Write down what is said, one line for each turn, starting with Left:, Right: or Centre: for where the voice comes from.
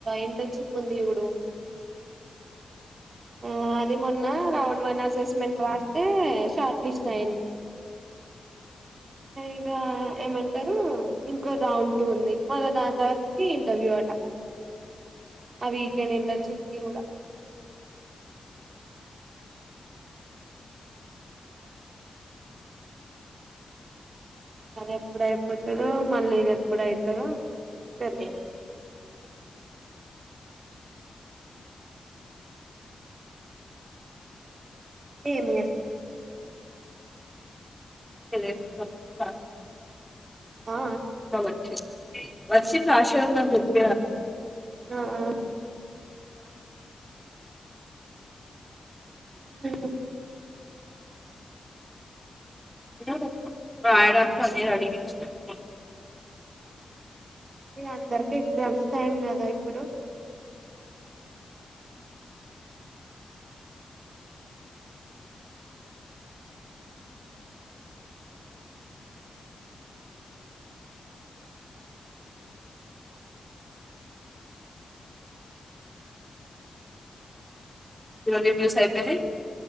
Right: ఇంటర్న్షిప్ ఉంది చూడు ఆ అది మొన్న రౌండ్ వన్ అసెస్మెంట్ రాస్తే షార్ట్ లిస్ట్ అయ్యింది ఇగా ఏమంటారు ఇంకో రౌండ్ టు ఉంది మళ్ళ దాని తర్వాత కి ఇంటర్వ్యూ అట ఆ వీకెండిండ్ ఇంటన్స్టిప్ కూడా మరి ఎప్పుడు అయిపోతాదో మళ్ళీ ఇది ఎప్పుడు అయితాదో తెలియదు ఏమి చేస్తున్నారు
Centre: బబ
Right: ఆ
Centre: <inaudible> వర్షి ఆశయం న నృప
Right: ఆ ఆ హ
Centre: <unintelligible>
Right: అందరికి ఎగ్జామ్స్ టైం కదా ఇప్పుడు
Centre: మీ రివ్యూస్ అయిపోయి <unintelligible>